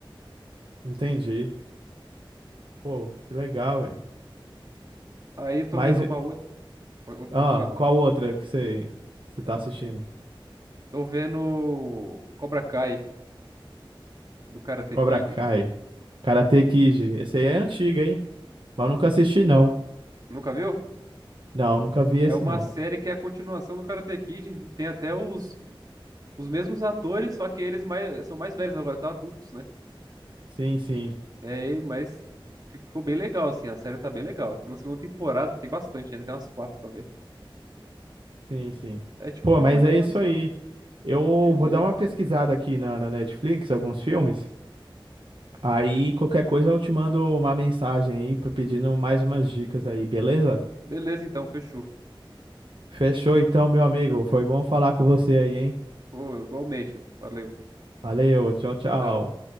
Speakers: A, on the right (about 65°); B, on the right (about 45°).
A: Entendi. Pô, que legal, hein?
B: Aí eu tô
A: Mas.
B: vendo uma outra. Pode
A: Ah,
B: pode falar.
A: qual outra que você que você tá assistindo?
B: Tô vendo Cobra Kai, do Karate
A: Cobra
B: Kid.
A: Kai. Karate Kid. Esse aí é antiga, hein? Mas eu nunca assisti, não.
B: Nunca viu?
A: Não, nunca vi
B: É
A: esse,
B: uma
A: não.
B: série que é a continuação do Karate Kid. Tem até os os mesmos atores, só que eles mais, são mais velhos agora, estão adultos, né?
A: Sim, sim,
B: É, mas ficou bem legal, assim, a série tá bem legal. Tô na segunda temporada, tem bastante ainda, tem umas quatro pra ver.
A: sim, sim.
B: É tipo
A: Pô,
B: uma
A: mas
B: continuação.
A: é isso aí. Eu
B: Beleza.
A: vou dar uma pesquisada aqui na, na Netflix, alguns filmes. Aí qualquer coisa eu te mando uma mensagem aí pra- pedindo mais umas dicas aí, beleza?
B: Beleza, então, fechou.
A: Fechou então, meu amigo.
B: Tranquilo.
A: Foi bom falar com você aí, hein?
B: Pô, igualmente. Valeu.
A: Valeu, tchau, tchau.
B: Tchau, tchau.